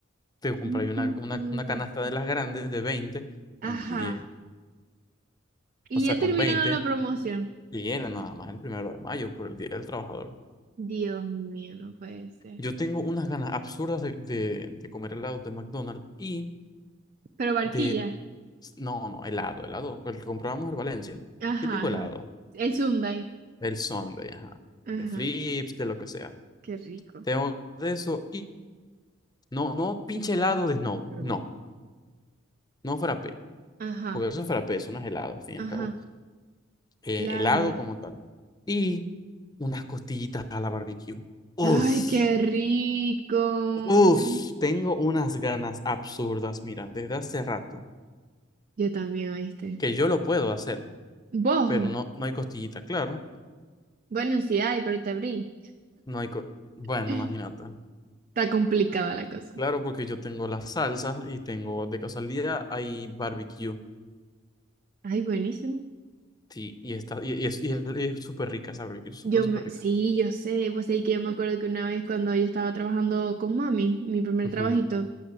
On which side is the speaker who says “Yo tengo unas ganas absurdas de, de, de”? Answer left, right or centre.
Left